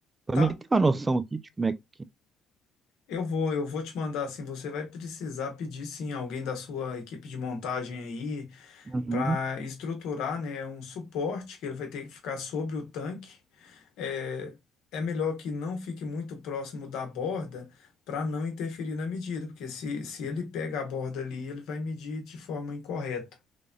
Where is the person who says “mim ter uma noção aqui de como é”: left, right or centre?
Right